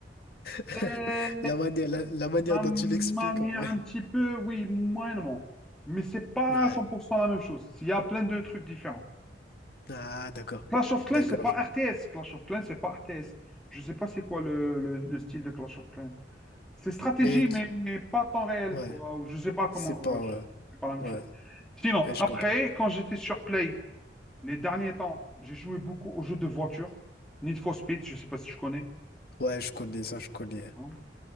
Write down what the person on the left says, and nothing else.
<laughs>
La manière, la, la manière
dont
tu l'expliques, en vrai.
Ouais.
Ah, d'accord.
D'accord,
je comprends.
Mais, cl-
ouais,
c'est pas...
euh,
Ouais,
ouais, je
comprends.
Ouais, je connais ça, je connais.